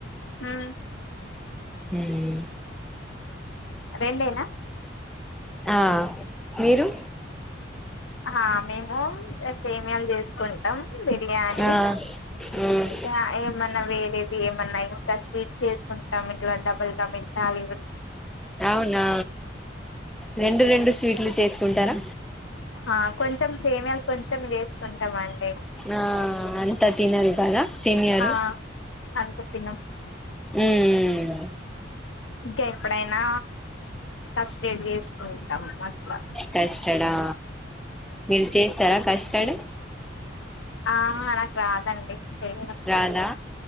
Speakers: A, on the left (about 80°); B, in the centre.
A: ఆ
B: హుమ్
A: రెండేనా
B: ఆ మీరు
A: ఆ మేము సేమియాలు చే కుంటాం బిర్యానీ
B: ఆ ఉమ్
A: ఇంకా ఏమ్ మన వేరేది ఏమన్నా ఇంకా స్వీట్ చేసుకుంటాం ఇట్లా డబుల్ కమిట్టాలే
B: అవునా రెండు రెండు స్వీట్లు చేస్ కుంటరా
A: హా కొంచెం సేమ్యాలు కొంచెం వేసుకుంటామండి
B: ఆ అంత తినరు కదా సేమ్యాలు
A: ఆ అంత తినం
B: ఉమ్
A: ఇంకా ఎప్పుడైనా కష్టడ్ చేసుకుంటాము అట్లా
B: కష్టడా మీరు చేసారా కష్టడి
A: ఆ నాకు రాదండి చేయడం
B: రాధా